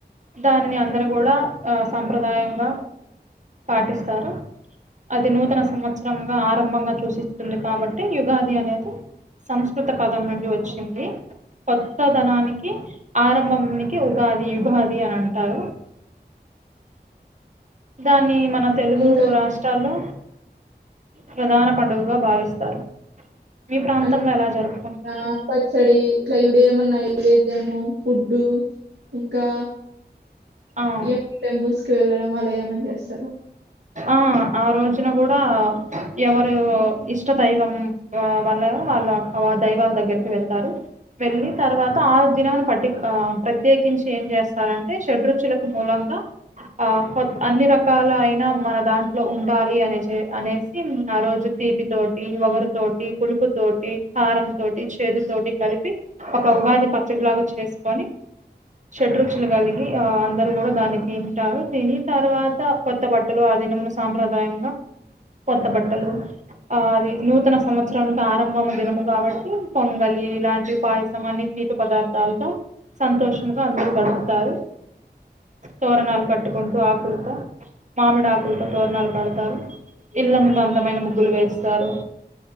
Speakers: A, on the right; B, on the right.
A: దానిని అందరు కూడా ఆ సంంప్రదాయంగా పాటిస్తారు. అది నూతన సంవత్సరంగా ఆరంభంగా చూసి. టుంది కాబట్టి యుగాది అనేది సంస్కృత పదం నుండి వచ్చింది కొత్తదనానికి ఆరంభానికి ఉగాది యుగాది అని అంటారు దాన్ని మన్ మన తెలుగు
B: ఇంకా
A: రాష్ట్రాల్లో ప్రధాన పండు భావిస్తారు మీ ప్రాంతంలో
B: అంటే
A: ఎలా జరుపుకుంటారు
B: దా పచ్చడి ఇట్లా ఇడు ఏమున్నాయి నైవేద్యము ఫుడ్డు ఇంకా
A: ఆ
B: ఇయాపి టెంపుల్స్ కి వెళ్ళడం అలా ఏమన్ చేస్తారా
A: ఆ ఆ రోజున కూడా ఎవరు ఇష్ట దైవం ఆ వాళ్ల వాళ్ళ వా దైవాల దగ్గరికి వెళ్తారు వెళ్ళి తర్వాత ఆ దినమును పటిక్ ఆ ప్రత్యేకించి ఏం చేస్తారంటే షడ్రుచులకు మూలంగా ఆ కొత్ అన్ని రకాల అయినా మన దాంట్లో ఉండాలి అనేచే అనేసి ఆ రోజు తీపితోటి వగరుతోటి పులుపుతోటి కారంతోటి చేదుతోటి కలిపి ఒక ఉగాది పచ్చడిలాగా చేసుకొని షడ్రుచులు కలిగి ఆ అందరు కూడా దాన్ని తింటారు తిని తర్వాత కొత్త బట్ట ట్టలు ఆ దినమున సాంప్రదాయంగా కొత్త బట్టలు ఆ అది నూతన సంవత్సరనికి ఆరంభం దినము కాబట్టి పొంగలి ఇలాంటి పాయసం అన్ని తీపి పదార్థాలతో సంతోషంగా అందరూ గడుపుతారు తోరణాలు కట్టుకుంటూ ఆకులతో మామిడి ఆకులతో తోరణాలు కడతారు ఇళ్ల ముందు అందమైన ముగ్గులు వేస్తారు